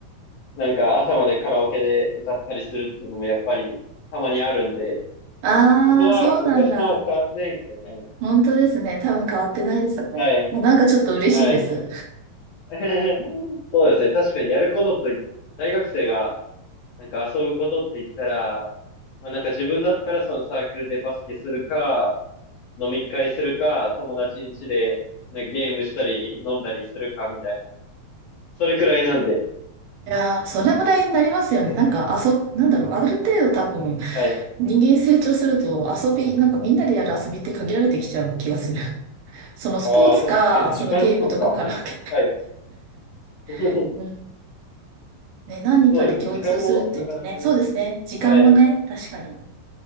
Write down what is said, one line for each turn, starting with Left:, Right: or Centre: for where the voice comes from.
Left: なんか朝までカラオケで歌ったりするっていうのもやっぱりたまにあるんで、
Right: ああ、
Left: そこは昔と変わってないですね、
Right: そうなんだ。
Left: 多分。
Right: 本当ですね。多分変わってないですね。
Left: はい。
Right: なんかちょっと嬉しいです。
Left: はい。<laughs> そうですね。確かにやることとい、大学生がなんか遊ぶことって言ったら、まあなんか自分だったらそのサークルでバスケするか、飲み会するか、友達ん家でなんかゲームしたり飲んだりするかみたいな、それくらいなんで、
Right: いやー、それぐらいになりますよね。なんか、あそ、なんだろう、ある程度多分、
Left: はい。
Right: 人間成長すると遊び、なんかみんなでやる遊びって限られてきちゃう気がする。そのスポーツか、
Left: ああ、確かに時間とか。
Right: そのゲームとかカラオケ。
Left: はい。<laughs>
Right: <laughs> ね、何人かで共通するっていうとね、
Left: そうですね。時間もなかなかね。
Right: そうですね。時間もね、
Left: はい。
Right: 確かに欲